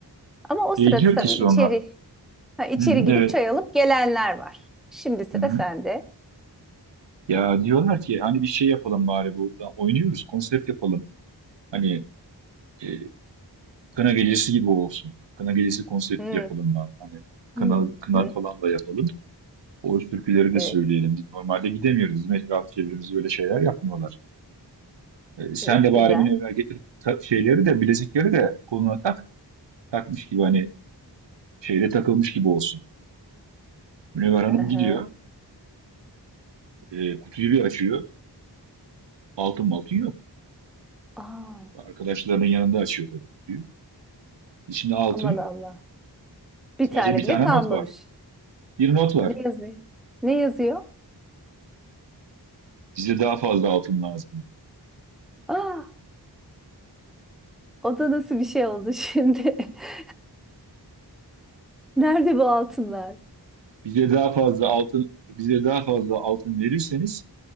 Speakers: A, in the centre; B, on the right.
A: Ama o
B: E,
A: sırada
B: diyor
A: tabii
B: ki sonra,
A: içeri ha, içeri
B: hı-hı,
A: gidip
B: evet,
A: çay alıp gelenler var. Şimdi sıra
B: hı-hı.
A: sende.
B: Ya diyorlar ki hani bir şey yapalım bari bu oynuyoruz, konsept yapalım. Hani e, kına gecesi gibi olsun. Kına gecesi konsepti
A: Hmm,
B: yapalım bari. Hani kına,
A: hmm,
B: kına
A: hmm.
B: falan da yapalım. O türküleri
A: Evet,
B: de söyleyelim. Biz normalde gidemiyoruz. Bizim etraf çevremizi öyle şeyler yapmıyorlar. E, sen
A: evet
B: de bari
A: güzel.
B: beni evvel getir. ta- şeyleri de bilezikleri de koluna tak. Takmış gibi hani şeyle takılmış gibi olsun. Münevver Hanım
A: Hı hı.
B: gidiyor. e, kutuyu bir açıyor. Altın maltın yok.
A: Aa,
B: Arkadaşlarının yanında açıyor tabii kutuyu. İçinde altın
A: aman Allah.
B: yok.
A: Bir
B: Sadece
A: tane
B: bir
A: bile
B: tane
A: kalmamış.
B: not var. Bir not var.
A: Ne yazıyor? Ne yazıyor?
B: Bize daha fazla altın lazım diyor.
A: Aa, o da nasıl bir şey oldu şimdi? <laughs> Nerede bu altınlar?
B: Bize daha fazla altın bize daha fazla altın verirseniz